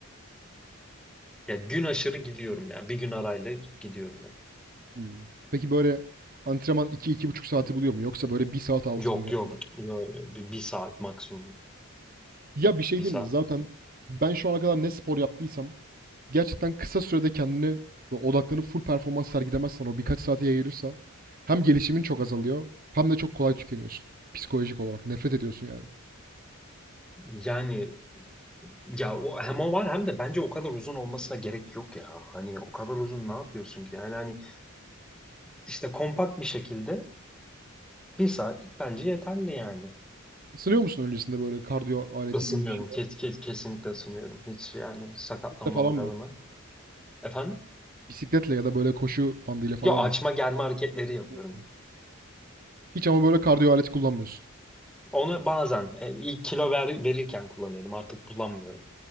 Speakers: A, in the centre; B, on the right.
A: Ya gün aşırı gidiyorum ya. Bir gün arayla gidiyorum hep.
B: Hımm. Peki, böyle, antrenman iki iki buçuk saati buluyor mu yoksa, böyle, bir saat altı
A: Yok
B: mı genelde?
A: yok. Yok, yok. Bir, bir saat maksimum.
B: Ya, bir şey
A: Bir
B: diyeyim
A: saat.
B: mi? Zaten
A: maksimum
B: ben şu ana kadar ne spor yaptıysam gerçekten kısa sürede kendini ve odaklanıp full performans sergilemezsen o birkaç saate yayılırsa hem gelişimin çok azalıyor hem de çok kolay tükeniyorsun psikolojik olarak. Nefret ediyorsun yani.
A: Yani Ya o, hem o var hem de bence o kadar uzun olmasına gerek yok ya. Hani o kadar
B: Değil
A: uzun
B: mi?
A: ne yapıyorsun ki? Yani hani işte kompakt bir şekilde bir saatlik bence yeterli yani.
B: Isınıyor musun öncesinde, böyle, kardiyo aleti
A: Isınıyorum.
B: gibi bir şeyde?
A: Kes, kes, kesinlikle ısınıyorum. Hiç yani sakatlanmamak
B: Kütle falan mı?
A: adına. Efendim?
B: Bisikletle ya da böyle koşu bandıyla falan
A: Ya açma
B: mı?
A: germe hareketleri yapıyorum.
B: Hmm. Hiç ama böyle kardiyo aleti kullanmıyorsun.
A: Onu bazen e, ilk kilo ver, verirken kullanıyordum. Artık kullanmıyorum.